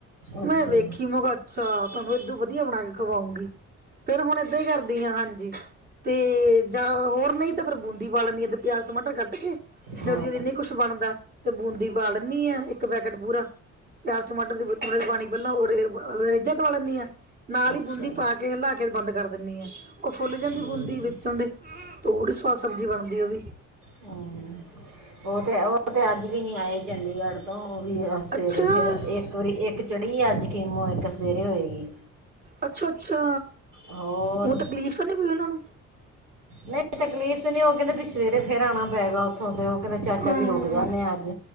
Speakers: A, on the right; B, on the right.
A: ਅੱਛਾ
B: ਮੈਂ ਵੇਖੀ ਮੈਂ ਕਿਹਾ ਅੱਛਾ ਤੁਹਾਨੂੰ ਏਦੋਂ ਵਧੀਆ ਬਣਾ ਕੇ ਖਵਾਉਂਗੀ। ਫੇਰ ਹੁਣ ਏਦਾਂ ਹੀ ਕਰਦੀ ਆ ਹਾਂਜੀ ਤੇ ਜਾਂ ਹੋਰ ਨਹੀਂ ਤੇ ਫਿਰ ਬੂੰੰਦੀ ਪਾ ਲੈਣੀ ਆ ਪਿਆਜ ਟਮਾਟਰ ਕੱਟ ਕੇ।
A: ਹਾਂ
B: ਜਦੋਂ ਜਦ ਨਹੀਂ ਕੁਛ ਬਣਦਾ ਤੇ ਬੂੰਦੀ ਪਾ ਲੈਣੀ ਆ ਇੱਕ ਪੈਕੇਟ ਪੂਰਾ। ਪਿਆਜ ਟਮਾਟਰ ਥੋੜੇ ਜੇ ਪਾਣੀ ਪਹਿਲਾਂ ਉਹ ਰੇਜਾ ਦਵਾ ਲੈਂਦੀ ਆ ਨਾਲ
A: ਅੱਛਾ
B: ਹੀ ਬੂੰਦੀ ਪਾ ਕੇ ਹਿਲਾ ਕੇ ਬੰਦ ਕਰ ਦਿੰਦੀ ਆ ਓ ਫੁੱਲ ਜਾਂਦੀ
A: ਠੀਕ
B: ਬੂੰਦੀ ਵਿੱਚੋਂ ਦੇ ਤੇ ਬੜੀ ਸਵਾਦ ਸਬਜ਼ੀ ਬਣਦੀ। ਉਹਦੀ
A: ਹੂੰ, ਉਹ ਤੇ ਉਹ ਤੇ ਅੱਜ ਵੀ ਨੀ ਆਏ ਚੰਡੀਗੜ੍ਹ ਤੋਂ ਉਹ ਵੀ ਸਵੇਰੇ
B: ਅੱਛਾ,
A: ਫਿਰ ਇੱਕ ਵਾਰੀ ਇੱਕ ਚੜੀ ਅੱਜ ਕਿਮੋ ਇੱਕ ਸਵੇਰੇ ਹੋਏਗੀ।
B: ਅੱਛਾ-ਅੱਛਾ!
A: ਹੋਰ
B: ਉਹ ਤਕਲੀਫ਼ ਤਾਂ ਨਹੀਂ ਕੋਈ ਉਹਨਾਂ ਨੂੰ।
A: ਨਹੀਂ ਤਕਲੀਫ਼ ਨਹੀਂ ਕਹਿੰਦੇ ਵੀ ਸਵੇਰੇ ਫੇਰ ਆਣਾ ਪਏਗਾ। ਉੱਥੋਂ ਤੇ ਉਹ ਕਹਿੰਦੇ ਚਾਚਾ
B: ਹਾਂ
A: ਜੀ ਰੁੱਕ ਜਾਂਦੇ ਅੱਜ